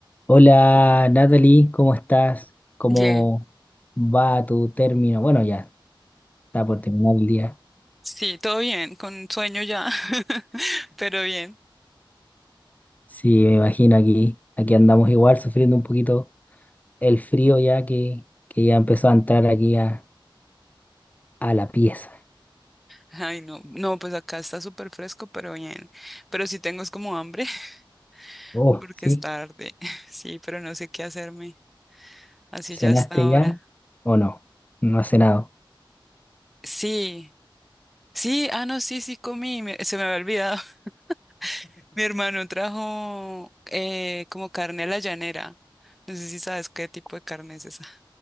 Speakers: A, on the left (about 20°); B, in the centre.
A: Hola Natalie, ¿cómo estás? ¿Cómo
B: Bien,
A: va tu término? Bueno, ya está por terminar el día.
B: Sí, todo bien, con sueño ya, <laughs> pero bien.
A: Sí, me imagino aquí, aquí andamos igual sufriendo un poquito el frío ya que, que ya empezó a entrar aquí a, a la pieza.
B: Ay, no, no, pues acá está súper fresco, pero bien. Pero sí tengo es como hambre, <laughs>
A: Oh,
B: porque
A: ¿sí?
B: es tarde. <laughs> Sí, pero no sé qué hacerme. Así
A: ¿Cenaste
B: ya está ahora.
A: ya o no? No has cenado.
B: Sí, sí, ah, no, sí, sí comí, me- se me había olvidado. <laughs> Mi hermano trajo eh, como carne a la llanera. No sé si sabes qué tipo de carne es esa.